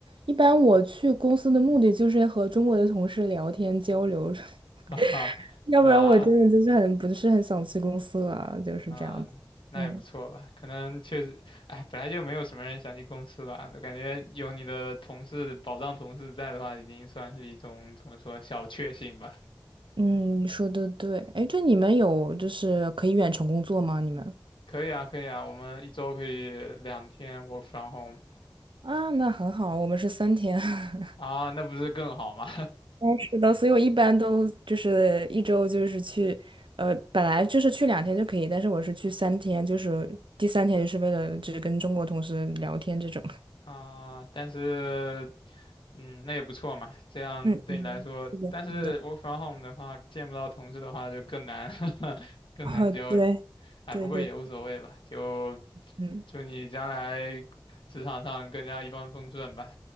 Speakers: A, on the right (about 80°); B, on the left (about 80°).
A: 一般我去公司的目的就是和中国的同事聊天交流，
B: <laughs> 啊，
A: <laughs> 要不然我真的就是很不是很想去公司了，
B: 那
A: 就是这样子。
B: 嗯，那也不错吧。
A: 嗯
B: 可能确实，哎，本来就没有什么人想去公司吧。我感觉有你的同事，保障同事在的话，已经算是一种怎么说小确幸吧。
A: 嗯，你说的对。哎，对，你们有就是可以远程工作吗？你们？
B: 可以啊，可以啊，我们一周可以两天 work from home
A: 啊，那很好，我们是三天。<laughs>
B: 啊，那不是更好吗？
A: 哦，是的，所以我一般都就是一周就是去，呃，本来就是去两天就可以，但是我是去三天，就是第三天就是为了只跟中国同事聊天这种。
B: <laughs> 啊，但是，嗯，那也不错嘛，这样对你来说，
A: 嗯嗯，是的，
B: 但是
A: 是的。
B: work from home 的话，见不到同事的话就更难，<laughs> 更难交流。
A: 哦，对，
B: 哎，
A: 对对，
B: 不过也无所谓吧，就
A: 嗯，
B: 祝你将来职场上更加一帆风顺吧。